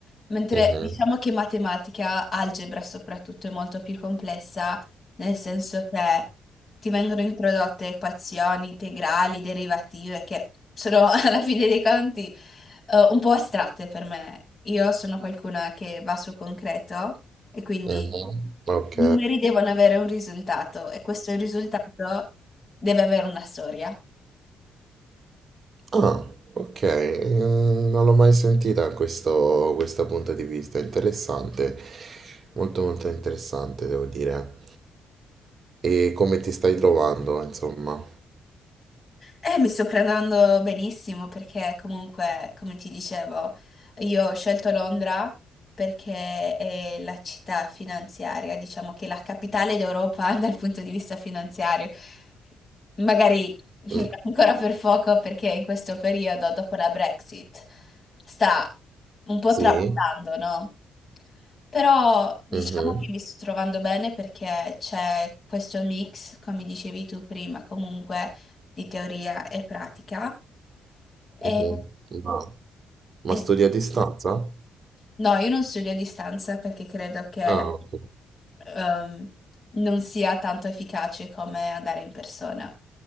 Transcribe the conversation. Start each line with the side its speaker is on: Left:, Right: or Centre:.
Left: Mentre
Right: Mhm.
Left: diciamo che matematica, algebra soprattutto, è molto più complessa, nel senso che ti vengono introdotte equazioni, integrali, derivative, che sono <laughs> alla fine dei conti eh, un po' astratte per me. Io sono qualcuna che va sul concreto. E quindi
Right: Mhm,
Left: i
Right: Ok.
Left: numeri devono avere un risultato e questo risultato deve avere una storia.
Right: Ah, ok. eh, Non l'ho mai sentita questo, questo punto di vista. Interessante. Molto molto interessante, devo dire. E come ti stai trovando, insomma?
Left: Eh, mi sto prendendo benissimo perché comunque, come ti dicevo, io ho scelto Londra perché è la città finanziaria, diciamo che è la capitale d'Europa <laughs> dal punto di vista finanziario. Magari <laughs>
Right: Mm,
Left: ancora per poco perché in questo periodo, dopo la Brexit, sta un po'
Right: sì.
Left: tramontando, no? Però diciamo
Right: Mhm,
Left: che mi sto trovando bene perché c'è questo mix, come dicevi tu prima, comunque di teoria e pratica. E-
Right: mhm. Ma, ma
Left: e-
Right: studi a distanza?
Left: no, io non studio a distanza perché credo che
Right: Ah, ok.
Left: ehm, non sia tanto efficace come andare in persona.